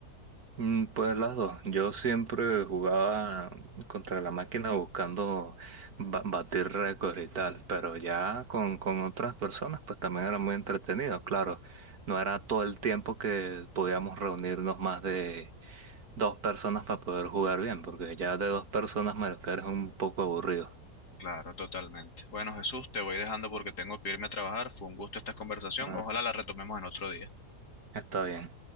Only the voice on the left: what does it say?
Claro, totalmente. Bueno, Jesús, te voy dejando porque tengo que irme a trabajar. Fue un gusto esta conversación.
Ojalá la retomemos en otro día.